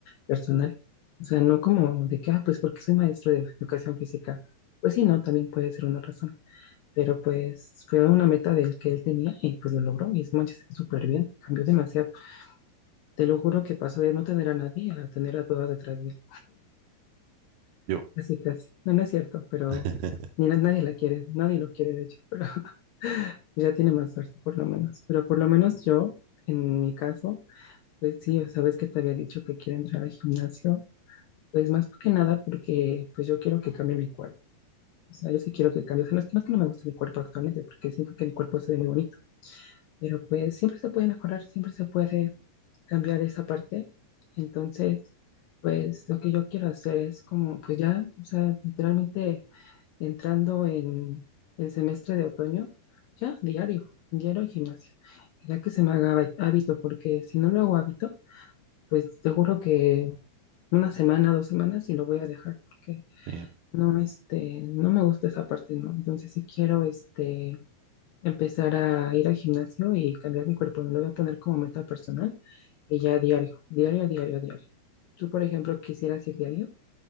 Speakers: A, on the left; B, on the right.
A: personal. O sea, no como de que, ah, pues porque soy maestro de educación física. Pues sí, no, también puede ser una razón. Pero pues fue una meta del que él tenía y pues lo logró y no manches, súper bien, cambió demasiado. Te lo juro que pasó de no tener a nadie a tener a todas detrás de él.
B: Yo.
A: Así casi. No, no es cierto, pero
B: <laughs>
A: ni na- nadie la quiere, nadie lo quiere de hecho, pero <laughs> ya tiene más suerte por lo menos. Pero por lo menos yo, en mi caso, Pues sí, o sabes que te había dicho que quiero entrar al gimnasio. Pues más que nada porque pues yo quiero que cambie mi cuerpo. O sea, yo sí quiero que cambie. O sea, no es que, no es que no me gusta mi cuerpo actualmente porque siento que mi cuerpo se ve muy bonito. Pero pues siempre se puede mejorar, siempre se puede cambiar esa parte. Entonces, pues lo que yo quiero hacer es como, pues ya, o sea, literalmente entrando en el semestre de otoño, ya diario, diario al gimnasio. Ya que se me haga hábito porque si no lo hago hábito, pues te juro que una semana, dos semanas y lo voy a dejar porque
B: Sí.
A: no, este, no me gusta esa parte, ¿no? Entonces sí quiero, este, empezar a ir al gimnasio y cambiar mi cuerpo, me lo voy a poner como meta personal y ya diario, diario, diario, diario. Tú, por ejemplo, quisieras ir diario.